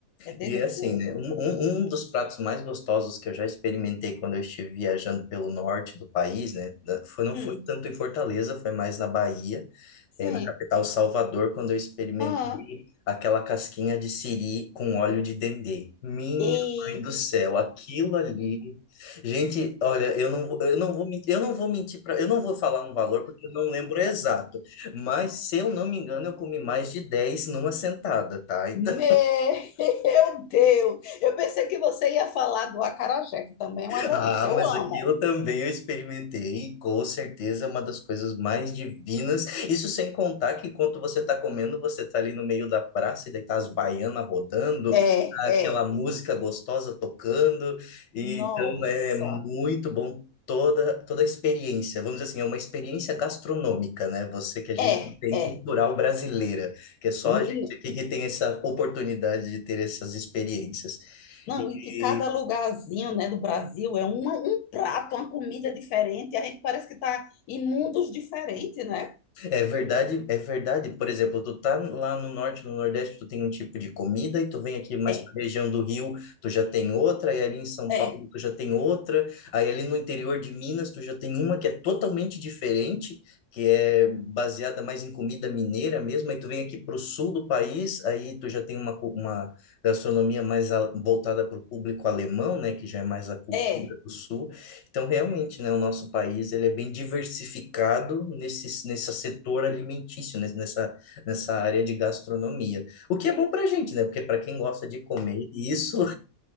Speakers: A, on the left; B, on the left.
A: É delicioso.
B: E é assim, né? Um, um, um dos pratos mais gostosos que eu já experimentei quando eu estive viajando pelo norte do país, né? da- Foi, não
A: Hum,
B: foi tanto em Fortaleza, foi mais na Bahia,
A: sim.
B: eh, na capital Salvador, quando eu experimentei
A: Aham.
B: aquela casquinha de siri com óleo de dendê. Minha
A: Eita,
B: mãe do céu, aquilo ali. Gente, olha, eu não, vou- eu não vou mentir, eu não vou mentir para, eu não vou falar um valor porque eu não lembro exato, mas se eu não me engano, eu comi mais de 10 numa sentada, tá? Então,
A: Meu Deus! Eu pensei que você ia falar do acarajé, que também é uma delícia.
B: Ah,
A: Eu
B: mas
A: amo.
B: aquilo também eu experimentei, e com certeza é uma das coisas mais divinas. Isso sem contar que enquanto você está comendo, você está ali no meio da praça e daí tá as baianas rodando,
A: É,
B: tá
A: é.
B: aquela música gostosa tocando. E
A: Nossa.
B: então é muito bom toda toda a experiência. Vamos dizer assim, é uma experiência gastronômica, né? Você que a gente
A: É,
B: tem
A: é.
B: cultural brasileira, que é só
A: Menino,
B: a gente aqui que tem essa oportunidade de ter essas experiências.
A: Não,
B: E
A: e que cada lugarzinho, né, do Brasil é uma- um prato, uma comida diferente, e a gente parece que tá em mundos diferentes, né?
B: É verdade, é verdade. Por exemplo, tu tá lá no norte, no nordeste, tu tem um tipo de comida, e tu vem aqui mais
A: É,
B: para a região do Rio, tu já tem outra, e ali em São
A: é,
B: Paulo tu já tem outra, aí ali no interior de Minas tu já tem uma que é totalmente diferente, que é baseada mais em comida mineira mesmo, aí tu vem aqui para o sul do país, aí tu já tem uma, cu- uma gastronomia mais a- voltada para o público alemão, né, que já é mais a cultura
A: é.
B: do sul. Então, realmente, né, o nosso país ele é bem diversificado nesse, nesse setor alimentício, né, nessa, nessa área de gastronomia. O que é bom para a gente, né? Porque para quem gosta de comer, isso